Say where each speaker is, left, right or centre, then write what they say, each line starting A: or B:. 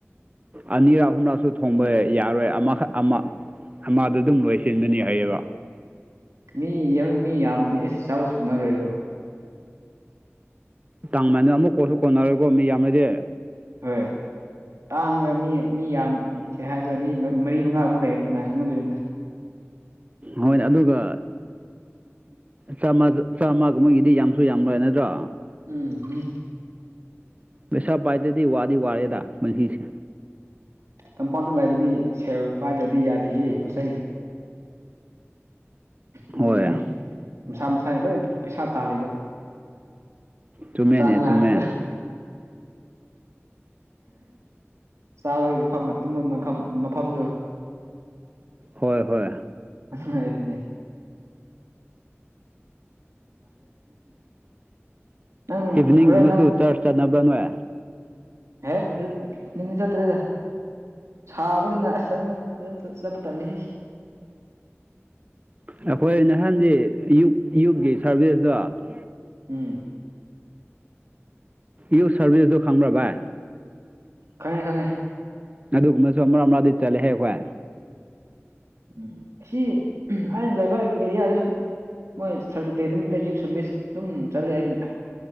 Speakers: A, on the right; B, on the right.
A: ꯑꯅꯤꯔꯛ ꯑꯍꯨꯝꯂꯛꯁꯨ ꯊꯣꯡꯕ ꯌꯥꯔꯣꯏ ꯑꯃꯈꯛ ꯑꯃ ꯑꯃꯗ ꯑꯗꯨꯝ ꯂꯣꯏꯁꯤꯟꯒꯅꯤ ꯍꯥꯏꯌꯦꯕ
B: ꯃꯤ ꯌꯥꯝ ꯃꯤ ꯌꯥꯝꯕꯗꯤ ꯆꯥꯕꯁꯨ ꯀꯣꯟꯅꯔꯣꯏꯗꯣ
A: ꯇꯥꯡꯃꯥꯜꯂꯦ ꯑꯃꯨꯛ ꯀꯣꯟꯁꯨ ꯀꯣꯟꯅꯔꯣꯏꯀꯣ ꯃꯤ ꯌꯥꯝꯅꯗꯤ
B: ꯍꯣꯏ ꯇꯥꯡꯒ ꯃꯤ ꯃꯤ ꯌꯥꯝ <inaudible> ꯀꯩ ꯍꯥꯏꯖꯤꯔ ꯃꯤ ꯃꯔꯤ ꯃꯉꯥ ꯑꯃ ꯂꯩꯔꯗꯤ ꯀꯅꯥꯥꯏ ꯈꯪꯍꯪꯗꯣꯏꯗꯅꯣ <inaudible>
A: ꯍꯣꯏꯅꯦ ꯑꯗꯨꯒ ꯆꯥꯝꯃ ꯆꯥꯝꯃꯒꯨꯝꯕꯒꯤꯗꯤ ꯌꯥꯝꯁꯨ ꯌꯥꯝ ꯂꯏ ꯅꯠꯇ꯭ꯔꯣ
B: ꯎꯝ ꯎꯝ
A: ꯄꯩꯁꯥ ꯄꯥꯏꯇꯗꯤ ꯋꯥꯗꯤ ꯋꯥꯔꯦꯗꯥ ꯄꯨꯟꯁꯤꯁꯦ
B: ꯇꯝꯄꯥꯛꯇ ꯂꯥꯏꯕꯗꯤ ꯁꯦ ꯄꯥꯏꯗ꯭ꯔꯗꯤ ꯌꯥꯗꯦ ꯍꯤ ꯄꯣꯠꯆꯩ ꯑꯗꯨꯒꯤꯅꯦ
A: ꯍꯣꯏ
B: ꯃꯁꯥ ꯃꯁꯥꯅ ꯂꯣꯏ ꯄꯩꯁꯥ ꯇꯥꯂꯤꯗꯨꯣ
A: ꯆꯨꯝꯃꯦꯅꯦ
B: ꯆꯅꯤꯡꯉ
A: ꯆꯨꯝꯃꯦ
B: ꯇ ꯆꯥꯕꯒꯤ ꯃꯐꯝ ꯇꯨꯝꯕꯝ ꯃꯈꯝ ꯃꯐꯝꯗꯨ
A: ꯍꯣꯏ ꯍꯣꯏ
B: ꯑꯁꯉꯥꯏꯔꯤꯅꯦ ꯅꯪ
A: ꯏꯚꯤꯅꯤꯡ
B: ꯍꯣꯔꯦꯟ
A: ꯒꯨꯃꯁꯨ
B: ꯅꯪ
A: ꯆꯔꯁ ꯆꯠꯅ <unintelligible>
B: ꯍꯦ ꯅꯤꯡꯅ ꯆꯠꯇ꯭ꯔꯤꯗ ꯁꯥꯕꯒꯤꯅꯤꯅ ꯑꯁ ꯆ ꯆꯠꯄ ꯇꯠꯂꯤ
A: ꯑꯩꯈꯣꯏ ꯅꯍꯥꯟꯗꯤ ꯑꯌꯨꯛ ꯑꯌꯨꯛꯀꯤ ꯁꯥꯔꯚꯤꯁꯇꯣ
B: ꯎꯝ
A: ꯌꯨ ꯁꯥꯔꯚꯤꯁꯗꯨ ꯈꯪꯕ꯭ꯔ ꯕꯥꯏ
B: ꯈꯉꯦ ꯈꯉꯦ
A: ꯑꯗꯨꯒꯨꯝꯕꯁꯨ ꯑꯃꯛ ꯑꯃꯥꯔꯗꯤ ꯆꯠꯂꯦꯍꯦ ꯑꯈꯣꯏ
B: ꯎ ꯑꯁꯤ ꯑꯩꯅ ꯂꯩꯕꯥꯛꯒꯤ ꯑꯦꯔꯤꯌꯥꯗꯁꯨ ꯃꯣꯏ ꯁꯇꯔꯗꯦ ꯅꯨꯃꯤꯠꯇ ꯌꯨꯠ ꯁꯥꯔꯚꯤꯁ ꯑꯗꯨꯝ ꯆꯠꯂꯦ ꯑꯩꯅ